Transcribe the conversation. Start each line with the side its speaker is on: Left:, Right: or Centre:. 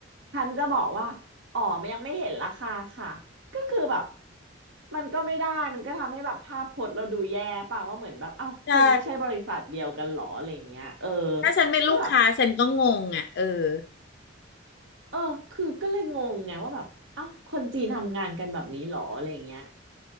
Right: ฉันจะบอกว่าอ๋อมันยังไม่เห็นราคาค่ะ ก็คือแบบมันก็ไม่ได้มันก็ทำให้แบบภาพพจน์เราดูแย่เปล่าว่าเหมือนแบบอ้าวคุณไม่ใช่บริษัทเดียวกันหรออะไรอย่างเงี้ยเออ
Left: ใช่ถ้าฉันเป็นลูกค้าฉันก็งงอ่ะเออ
Right: ก็แบบเออคือก็เลยงงไงว่าแบบอ้าวคนจีนทำงานกันแบบนี้หรออะไรอย่างเงี้ย